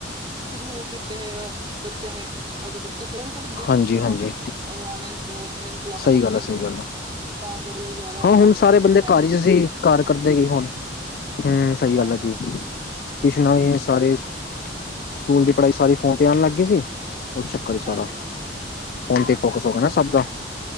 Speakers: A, on the right; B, on the left.
A: ਸ਼ੁਰੂ ਕੀਤੇ ਹੈ ਬੱਚਿਆਂ ਦੇ ਉਦੋਂ ਬੱਚੇ ਛੋਟੇ <unintelligible>
B: ਹਾਂਜੀ
A: ਇਨਾ
B: ਹਾਂਜੀ
A: ਉਦੋਂ ਉਨਲਾਈਨ ਉਨਲਾਈਨ ਕਲਾਸਾਂ
B: ਸਹੀ
A: ਲੱਗਦੀਆਂ
B: ਗੱਲ ਹੈ ਸਹੀ
A: ਸੀ।
B: ਗੱਲ ਹੈ
A: ਤਾਂ ਕਰਕੇ ਜ਼ਿਆਦਾ
B: ਹਾਂ
A: ਉਹ
B: ਹੁਣ ਸਾਰੇ
A: ਬੱਚੇ
B: ਬੰਦੇ
A: ਡਿਪੈਂਡ
B: ਘਰ
A: ਹੋ
B: ਚ
A: ਗਏ।
B: ਸੀ, ਘਰ ਕਰਦੇ ਕੀ ਹੁਣ? ਹੂੰ ਸਹੀ
A: ਹਾਂਜੀ
B: ਗੱਲ ਹੈ ਜੀ
A: ਹਾਂਜੀ ਹੂੰ
B: ਟਿਊਸ਼ਣਾ ਵੀ ਸਾਰੇ ਸਕੂਲ ਦੀ ਪੜ੍ਹਾਈ ਸਾਰੀ ਫੋਨ ਤੇ ਆਉਣ ਲੱਗ ਗਈ ਸੀ ਉਸ ਚੱਕਰ ਹੀ ਸਾਰਾ
A: ਹਾਂਜੀ ਹਾਂਜੀ
B: ਫੋਨ ਤੇ
A: ਹਾਂਜੀ
B: ਫੋਕਸ ਹੋ
A: ਸਹੀ
B: ਗਿਆ ਨਾ ਸਭ
A: ਗੱਲ
B: ਦਾ
A: ਆ